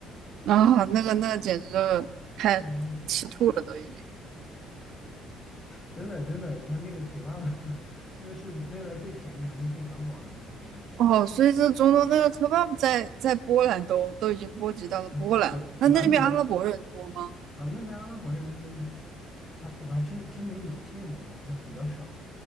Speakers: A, on the right (about 65°); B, on the left (about 25°).
A: 对啊，那个那个简直就太吃吐了都已经。
B: <laughs> 嗯，真的真的，他那个 kebab <laughs> 那是那边儿最便宜还能最管饱的东西了，这
A: 哦，所以这中东那个 kebab 在在波兰都都已经波及到了波兰了。
B: 啊，<laughs> 还蛮多的
A: 那那边阿拉伯人多吗？
B: 啊。那边阿拉伯人还我还真真没怎么见过但是比较少